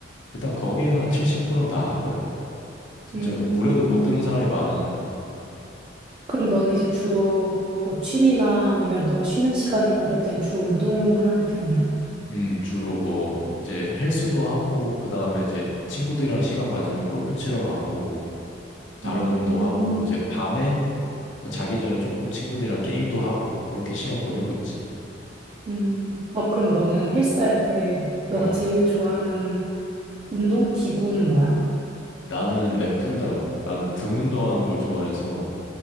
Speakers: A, on the left; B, on the right.
A: 일단 거기에서 한 70%는 다 한 거야. 진짜로.
B: 음,
A: 물에도 못 드는 사람이 많으니까.
B: 그럼 너는 이제 주로 뭐 취미나 아니면 너 쉬는 시간이나 이럴 땐 주로 운동을 하는 편이야?
A: 음, 주로 뭐, 이제 헬스도 하고, 그 다음에 이제 친구들이랑 시간 맞으면 골프 치러 가고, 다른
B: 음,
A: 운동하고, 이제 밤에 뭐 자기 전에 조금 친구들이랑 게임도 하고, 그렇게 시간 보내고 있지.
B: 음. 어, 그럼 너는 헬스 할 때 너가
A: 음,
B: 제일 좋아하는 운동 기구는 뭐야?
A: 나는 랩풀다운. 나는 등 운동하는 걸 좋아해서,